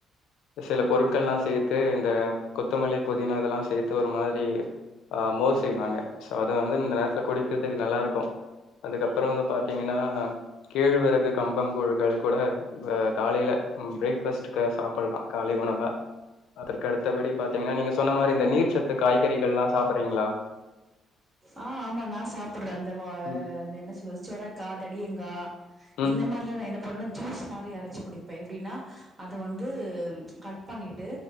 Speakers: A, on the left; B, on the right.
A: சில பொருட்கல்லா சேர்த்து கொத்தமல்லி பொதினா இதல்லா சேத்து ஒரு மாதிரி ஆ மோர் செய்வாங்க சோ அது வந்து இந்த நேரத்துல குடிக்கறத்துக்கு நல்லா இருக்கு அதுக்கப்பறோ வந்து பாத்திங்கன்னா கேழ்வரகு கம்பங்கூழ்கள் கூட அ காலையில ம் பிரேக்பாஸ்ட் க சாப்பல்லா காலை உணவு அதற்கு அடுத்தபடி பாத்திங்ன்னா நீங்க சொன்ன மாரி இந்த நீர்ச்சத்து காய்கறிகள்லா சாப்பர்றீங்களா
B: ஆ ஆமா நா சாப்படுற அந்த வா
A: ம்
B: அது என்ன சொல்வ சொரக்கா தடியங்கா
A: ம்
B: இந்த மார்லா நா என்ன பண்ணுணா ஜூஸ் மாரி அரச்சி குடிப்ப எப்பிடின்னா அத வந்து ம் கட் பண்ணீட்டு